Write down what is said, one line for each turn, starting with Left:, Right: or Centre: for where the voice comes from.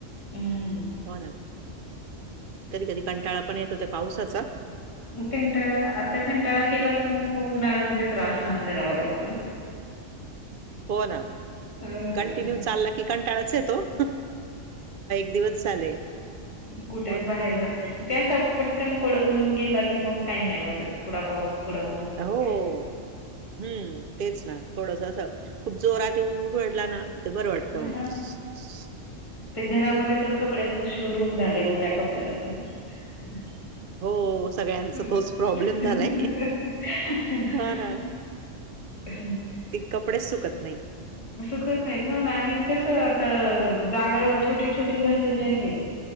Left: हम्म.
Right: हो ना कधी-कधी कंटाळा पण येतो त्या पावसाचा.
Left: कंटाळा, आता कंटाळा केला की मग उन्हाळ्यामध्ये त्रास सहन करावा लागतो.
Right: हो ना.
Left: हच
Right: कंटिन्यू
Left: आहे <unintelligible>
Right: चालला की कंटाळाच येतो. दिवस झाले.
Left: कुठे
Right: हो ना.
Left: बाहेर जाते. ते अस पटकन पडून गेला की मग काही नाही वाटत थोडा पाऊस. थोडा ऊन असे
Right: हो, हम्म तेच ना, थोडस असा खूप जोरात येऊन पडला ना. तर बरं वाटतं
Left: तन
Right: मग.
Left: ह <unintelligible> ते घरामध्ये तर कपड्यांच शोरूम झालंय. ओल्या कपड्यांचा. हम् <unintelligible>
Right: हो सगळ्यांचा
Left: <unintelligible>
Right: तोच प्रॉब्लेम झालाय. हां ना,
Left: हम्
Right: ते कपडेच
Left: <unintelligible>
Right: सुकत नाही.
Left: सुकत नाहीत, हो ना, आणि कस आता जागा छोटी-छोटी झालेली आहे.